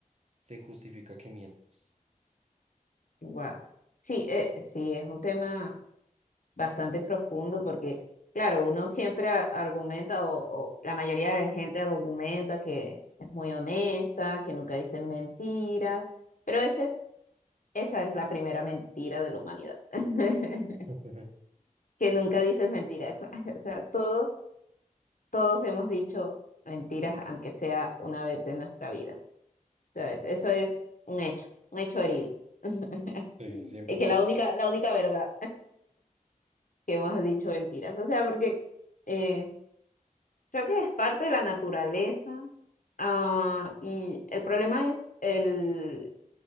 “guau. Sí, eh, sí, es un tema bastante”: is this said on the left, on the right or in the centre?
Left